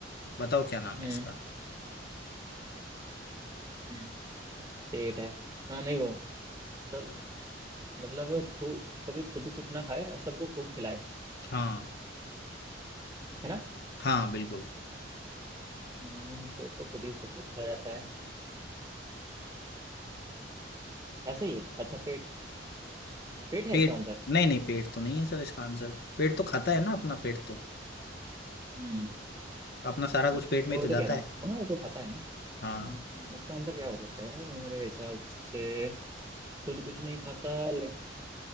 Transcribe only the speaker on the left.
बताओ क्या नाम
है इसका
हाँ
हाँ बिल्कुल
पेट
नहीं नहीं पेट तो नहीं है सर इसका आंसर पेट तो खाता है ना अपना पेट तो
अपना सारा कुछ
पेट में ही
तो
जाता
है
हाँ